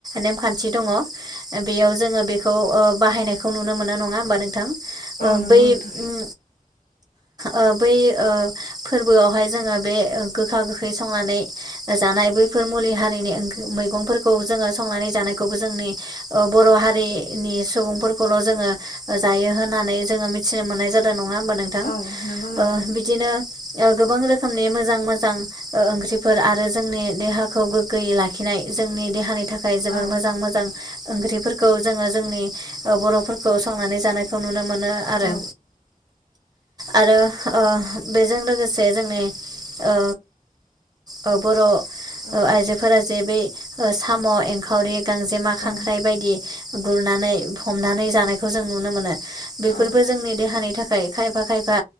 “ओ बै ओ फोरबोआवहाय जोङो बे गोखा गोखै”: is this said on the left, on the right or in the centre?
Right